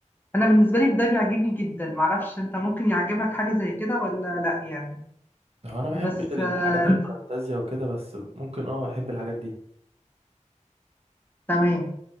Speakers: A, on the left; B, on the right.
A: انا بالنسبه لي ده بيعجبني جدا معرفش انت ممكن يعجبك حاجه زي كده ولا لا يعني
B: هو انا بحبش
A: بس
B: الحاجات
A: آه،
B: الفانتازيا وكده بس ممكن اه احب الحاجات دي
A: تمام